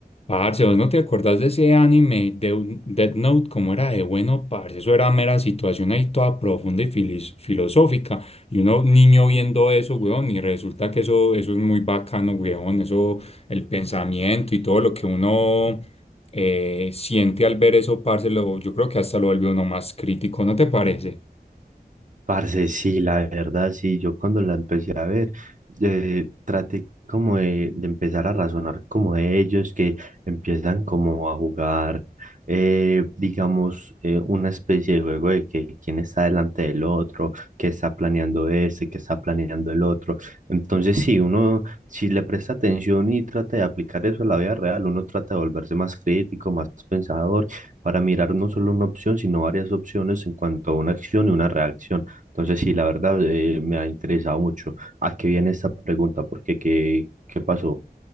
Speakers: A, on the left; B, on the right.
A: Parce, ¿vos no te acordás de ese anime de un- Death Note? ¿Cómo era de bueno, parce? Eso era mera situación ahí toda profunda y filis- filosófica. Y uno niño viendo eso, weón, y resulta que eso, eso es muy bacano, weón. Eso, el pensamiento y todo lo que uno eh, siente al ver eso, parce, lo- yo creo que hasta lo vuelve uno más crítico, ¿no te parece?
B: Parce, sí, la verdad, sí, yo cuando la empecé a ver, eh, traté como de, de empezar a razonar como de ellos que empiezan como a jugar, eh, digamos, eh, una especie de juego de que quién está delante del otro, qué está planeando ese, qué está planeando el otro. Entonces, sí, uno, si le presta atención y trata de aplicar eso a la vida real, uno trata de volverse más crítico, más pensador, para mirar no solo una opción, sino varias opciones en cuanto a una acción y una reacción. Entonces, sí, la verdad eh, me ha interesado mucho. ¿A qué viene esta pregunta? Porque qué, qué pasó?